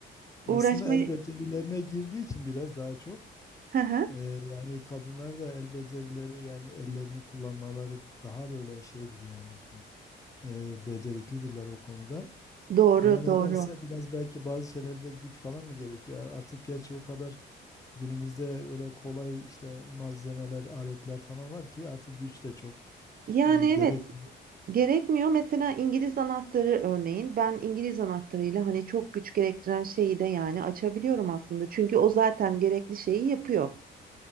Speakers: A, on the left; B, on the right.
A: Aslında
B: Uğraşmayı.
A: el becerilerine girdiği için biraz daha çok
B: Hı hı.
A: e, yani kadınlar da el becerileri yani ellerini kullanmaları daha böyle şeydir yani e, beceriklidirler o konuda.
B: Doğru
A: Ama nedense
B: doğru.
A: biraz belki bazı şeylerde güç falan mı gerektiriyor? Artık gerçi o kadar Günümüzde böyle kolay işte malzemeler, aletler falan var ki artık güç de çok
B: Yani
A: e, gerek.
B: evet Gerekmiyor. Mesela İngiliz anahtarı örneğin ben İngiliz anahtarıyla hani çok güç gerektiren şeyi de yani açabiliyorum aslında. Çünkü o zaten gerekli şeyi yapıyor.